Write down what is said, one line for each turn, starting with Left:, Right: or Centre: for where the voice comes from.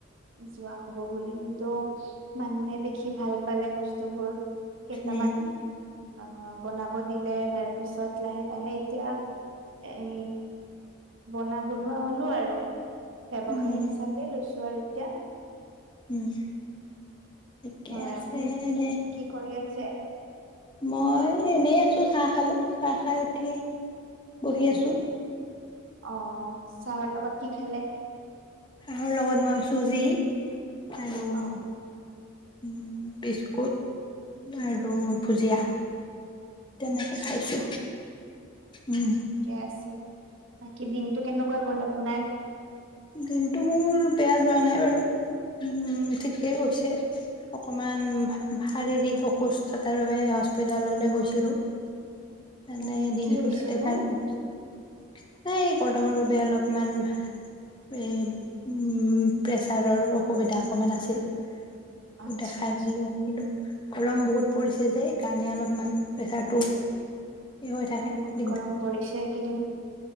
Right: যোৱা হ'ব বুলি কিন্তু মানুহে দেখি ভাল পালে বস্ বস্তুবোৰ কেইটামান
Left: উম
Right: অহ, বনাব দিলে তাৰ পিছত লাহে লাহে এতিয়া এ বনা বনোৱা হ'লো আৰু। ব্যৱসায়িক
Left: উম
Right: হিচাপে লৈছো। আৰু এতিয়া?
Left: উম। ঠিকে
Right: হয়,
Left: আছে
Right: আপুনি
Left: এনে
Right: কি কৰি আছে?
Left: মই এনেই আছো চাহ খালোঁ, চাহ খাই উঠি বহি আছো।
Right: অ', চাহৰ লগত কি খালে?
Left: আৰু লগত মই চুজি আৰু
Right: অ
Left: উম, বিস্কুট আৰু ভুজিয়া। তেনেকে
Right: আচ্ছা
Left: খাইছো। উম
Right: ঠিকে আছে। বাকী দিনতটো কেনেকুৱা গ'ল আপোনাৰ?
Left: দিনটো মোৰ বেয়া যোৱা নাই বাৰু উম, ঠিকেই গৈছে। অকমান
Right: অ
Left: শাৰীৰিক সুস্থতাৰ বাবে হস্পিতাললৈ গৈছিলো। তানে
Right: অ
Left: দিনটো
Right: কি হৈছে
Left: তাতে
Right: নো
Left: থাক নাই কলদমৰ বাবে অলপমান উম, প্ৰেছাৰৰ অসুবিধা অকণমান আছিল।
Right: আচ্ছা
Left: ত দেখাই
Right: আচ্ছা
Left: পিলে
Right: হয়
Left: বোলো গৰম বহুত পৰিছে যে এইকাৰণে অলপমান প্ৰেচাৰটো
Right: বহুত
Left: হৈ থাকে
Right: বহুত
Left: দিগদাৰ
Right: গৰম পৰিছে এইকেইদিন